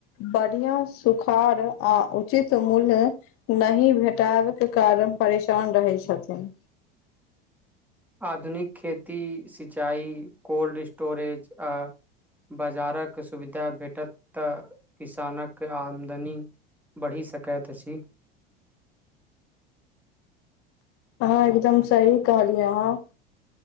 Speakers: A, on the left; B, in the centre.
A: बढ़ियाँ सुखाड़ आ उचित मूल्य नहि भेटैब के कारण परेशान रहै छथिन।
B: आधुनिक खेती सिंचाई कोल्ड स्टोरेज आ बाजारक सुविधा भेटत तऽ किसानक आमदनी बढ़ि सकैएत अछि।
A: अहाँ एकदम सही कहलियै अहाँ।